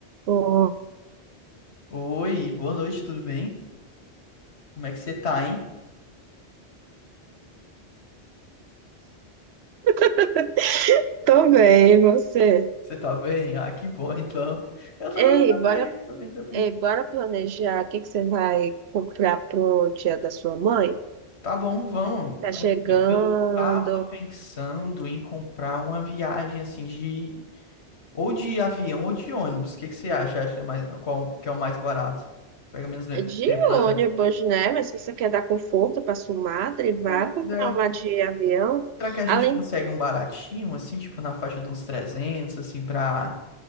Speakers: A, on the right (about 70°); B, on the left (about 75°).
A: Ótimo.
B: Oi, boa noite, tudo bem? Como é que você tá, hein?
A: <laughs> Tô bem, e você?
B: Você tá bem? Ah, que bom, então. Eu também,
A: Ei,
B: também,
A: bora,
B: também, também.
A: ei, bora planejar o que que você vai comprar pro dia da sua mãe?
B: Tá bom, vamos.
A: Tá
B: Aqui,
A: chegando
B: Eu tava pensando em comprar uma viagem assim de ou de avião ou de ônibus. O que que você acha? Acha mais qual que é o mais barato? Pega menos me- tempo,
A: de
B: por
A: ônibus,
B: exemplo.
A: né? Mas se você quer dar conforto pra sua madre, vá
B: Pois
A: comprar
B: é.
A: uma de avião.
B: Será que a gente
A: Além,
B: consegue um baratinho assim, tipo na faixa de uns 300, assim, pra